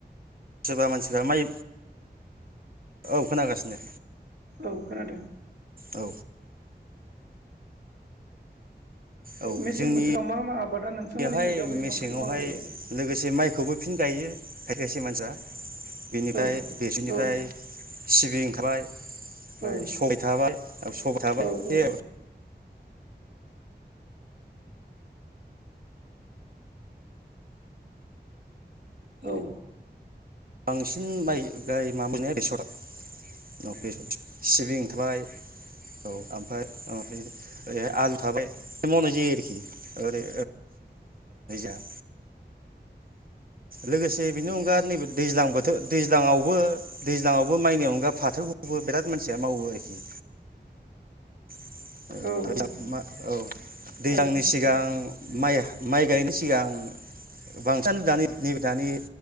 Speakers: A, on the right; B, on the right.
A: सोरबा मानसिफ्रा माइ औ खोनागासिनो।
B: औ खोनादों।
A: औ औ
B: मेसें
A: जोंनियावहाय
B: बोथोराव मा मा आबादा नोंथांमोननि साइडआवहाय
A: मेसेंआवहाय
B: बांसिन मावजायो
A: लोगोसे माइखौबो फिन गायो। खाय खायसे मानसिया बेनिफ्राय
B: औ
A: बेसरनिफ्राय
B: औ
A: सिबि ओंखारबाय ओमफ्राय
B: औ
A: सबाय थाबाय सबाय थाबाय
B: औ औ
A: जे
B: औ
A: बांसिन बाय <unintelligible> बेसरा औ बेसर। सिबिं थाबाय औ ओमफ्राय ओरैहाय आलु थाबाय मावनाय जायो आरोखि ओरै ओ। <unintelligible> <unintelligible> लोगोसे बेनि अनगा
B: औ
A: नैबे दैज्लां बोथ <unintelligible> दैज्लांआवबो दैज्लांआवबो माइनि अनगा फाथोखौबो बिराद मानसिया मावो आरोखि <unintelligible>
B: औ औ
A: औ दैज्लांनि
B: थारैनो नंगौ
A: सिगां माइ माइ गायनायनि सिगांं बांसिनानो दानि नैबे दानि